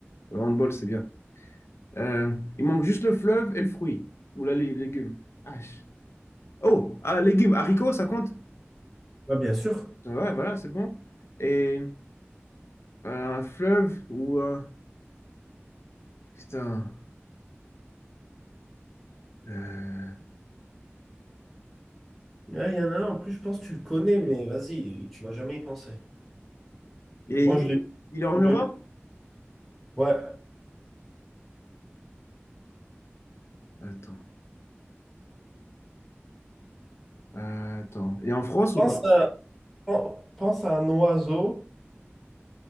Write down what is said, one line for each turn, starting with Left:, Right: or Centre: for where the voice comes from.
Left: Le handball, c'est bien. Euh, il manque juste le fleuve et le fruit. Ou là, les légumes. Ah, Oh, ah, légumes, haricots, ça compte?
Centre: Ouais, bien sûr.
Left: Ouais, voilà, c'est bon. Et euh, un fleuve ou un. Putain. Euh,
Centre: Ouais, il y en a un, en plus, je pense que tu le connais, mais vas-y, tu vas jamais y penser.
Left: Et
Centre: Moi,
Left: il,
Centre: je l'ai.
Left: il est en Europe?
Centre: je l'ai. Ouais.
Left: Attends, attends. Et en France ou
Centre: Pense
Left: pas?
Centre: à, pen- pense à un oiseau.